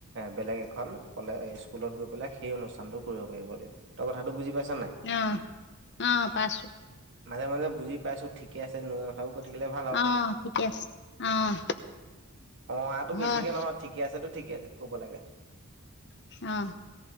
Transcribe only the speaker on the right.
বেলেগ এখন কলে স্কুলত গৈ পেলাই সেই অনুষ্ কামটো কৰিব পাৰিব লাগিব, তই কথাটো বুজি পাইছ নাই?
মাজে মাজে বুজি পাইছোঁ, ঠিকে আছে নুবুজা কথাবোৰ সুধিলে ভাল আৰু
অ', আটো
বেছিকে নহয়, ঠিকে আছে টো ঠিকে ক'ব লাগে।